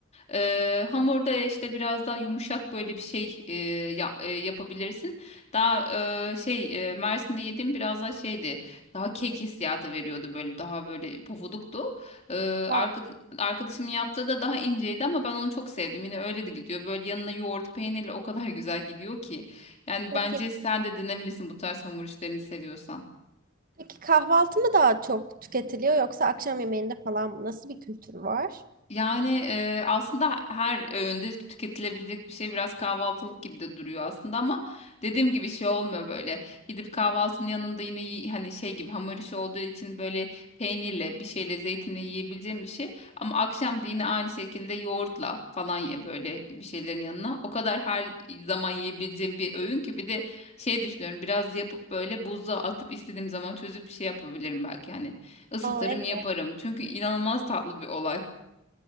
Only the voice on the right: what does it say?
Aa,
çok
iyi.
Peki kahvaltı mı daha çok tüketiliyor yoksa akşam yemeğinde falan mı? Nasıl bir kültür var?
Aa, evet.